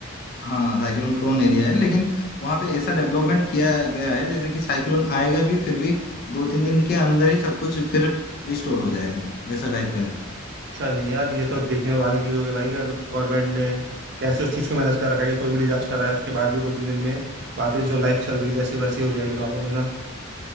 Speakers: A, on the left; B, on the right.
A: हाँ साइक्लोन प्रोन एरिया है लेकिन वहां पे ऐसा डेवलपमेंट किया गया है जैसे कि साइक्लोन आएगा भी फिर भी दो तीन दिन के अंदर ही सब कुछ फिर रिस्टोर हो जाएगा वैसा टाइप का है
B: अच्छा नहीं यार ये तो देखने वाली चीज़ हो गई भाई कि मतलब गवर्नमेंट ने कैसे उस चीज़ को मैनेज कर रखा है कि कोई भी डिजास्टर आए उसके बाद भी दो तीन दिन में वापस जो लाइफ चल रही है, जैसी वैसी हो जाएगी नॉर्मल है ना